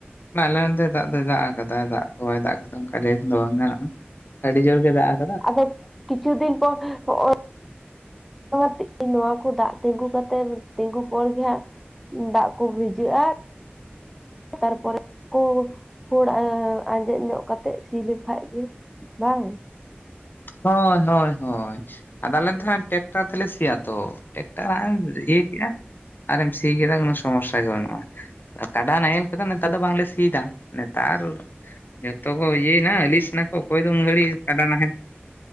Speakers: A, on the left; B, in the centre.
A: ᱟᱞᱮ ᱚᱱᱛᱮ ᱫᱟᱜ ᱫᱚᱭ ᱫᱟᱜ ᱟᱠᱟᱫᱟ ᱫᱟᱜ ᱫᱚ ᱵᱟᱭ ᱫᱟᱜ ᱠᱟᱫᱟ ᱚᱱᱠᱟ ᱫᱚ ᱵᱟᱝ ᱜᱟᱱᱚᱜ-ᱟ᱾ ᱟᱹᱰᱤ ᱡᱳᱨ ᱜᱮ ᱫᱟᱜᱼᱼ
B: ᱟᱫᱚ ᱠᱤᱪᱷᱩ ᱫᱤᱱ ᱯᱚᱨ ᱱᱚᱭᱼᱼ <inaudible> ᱱᱚᱣᱟ ᱠᱚ ᱫᱟᱜ ᱛᱤᱸᱜᱩ ᱠᱟᱛᱮᱫ ᱛᱤᱸᱜᱩ ᱯᱚᱨ ᱜᱮ ᱦᱹᱟᱸᱼᱼ ᱫᱟᱜ ᱠᱚ ᱵᱷᱤᱡᱟᱹᱜ-ᱟ ᱛᱟᱨᱯᱚᱨᱮ ᱠᱚ ᱠᱷᱳᱲ ᱟᱸᱡᱮᱫ ᱧᱚᱜ ᱠᱟᱛᱮᱫ ᱥᱤ ᱞᱮᱠᱷᱟᱡ ᱜᱮᱼᱼ ᱵᱟᱝ
A: ᱦᱚᱭ ᱦᱚᱭ ᱦᱚᱭ ᱟᱫᱚ ᱟᱞᱮ ᱫᱚᱦᱟᱸ ᱴᱮᱠᱴᱟᱨ ᱛᱮᱞᱮ ᱥᱤᱭᱟ ᱛᱚ, ᱴᱮᱠᱴᱟᱨ ᱱᱟᱜ ᱮᱢ ᱤᱭᱟᱹ ᱠᱮᱜ-ᱟᱼᱼᱼ ᱟᱨ ᱮᱢ ᱥᱤ ᱠᱮᱫᱟ ᱠᱳᱱᱳ ᱥᱚᱢᱚᱥᱟ ᱜᱮ ᱵᱟᱹᱱᱩᱜ-ᱟ ᱾ ᱠᱟᱰᱟ ᱱᱟᱦᱮᱞ ᱛᱮᱫᱚ ᱱᱮᱛᱟᱨ ᱫᱚ ᱵᱟᱝᱞᱮ ᱥᱤᱮᱫᱟ ᱱᱮᱛᱟᱨ ᱡᱚᱛᱚ ᱠᱚ ᱤᱭᱟᱹᱼᱼᱼ ᱦᱟ ᱟᱹᱞᱤᱥ ᱱᱟ ᱠᱚ ᱚᱠᱚᱭ ᱫᱚ ᱩᱱ ᱜᱷᱟᱹᱲᱤᱡ ᱠᱟᱰᱟ ᱱᱟᱦᱮᱞᱼᱼᱼ